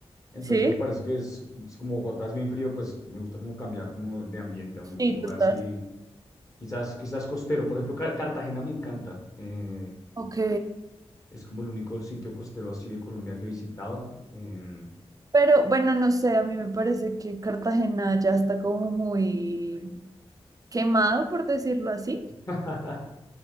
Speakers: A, on the left; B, on the right.
A: Entonces
B: Sí,
A: me parece que es, es como Bogotá es bien frío, pues me gusta como cambiar como de ambiente a
B: sí,
A: un, un lugar
B: total.
A: así, quizás, quizás costero. Por ejemplo, Ca- Cartagena me encanta. eh,
B: Ok.
A: es como el único sitio costero así de Colombia que he visitado. em,
B: Pero bueno, no sé, a mí me parece que Cartagena ya está como muy quemado, por decirlo así.
A: <laughs>